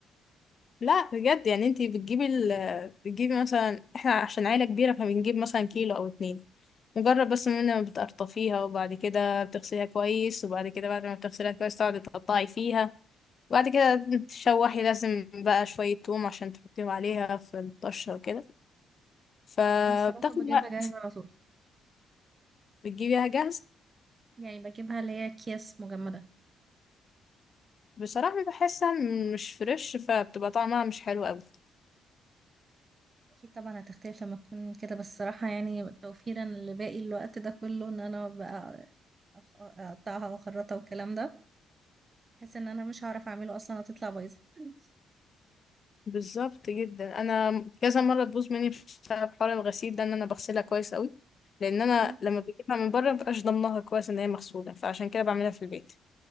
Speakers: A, on the left (about 40°); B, on the right (about 30°).
A: لا بجد يعني انتي بتجيبي ال بتجيبي مثلا احنا عشان عيلة كبيرة فبنجيب مثلا كيلو او اتنين مجرد بس من ما بتقرطفيها وبعد كده بتغسليها كويس وبعد كده بعد ما بتغسليها كويس تقعدي تقطعي فيها وبعد كده تشوحي لازم بقى شوية توم عشان تحطيهم عليها في الطشة وكده فبتاخد
B: لا، انا الصراحه بجيبها
A: وقت
B: جاهزه على طول
A: بتجيبيها جاهزة
B: يعني بجيبها اللي هي اكياس مجمده
A: بصراحة بحسها مش فريش فبتبقى طعمها مش حلو أوي
B: اكيد طبعا هتختلف لما تكون كده بس الصراحه يعني توفيرا لباقي الوقت ده كله ان انا بقى أخ- اقطعها واخرطها والكلام ده بحس ان انا مش هعرف اعمله اصلا هتطلع بايظه <laughs>
A: بالظبط جدا انا كذا مره تبوظ مني بسبب حوار الغسيل ده ان انا بغسلها كويس قوي لان انا
B: مم.
A: لما بجيبها من بره مبقاش ضمنها كويس ان هي مغسوله فعشان كده بعملها في البيت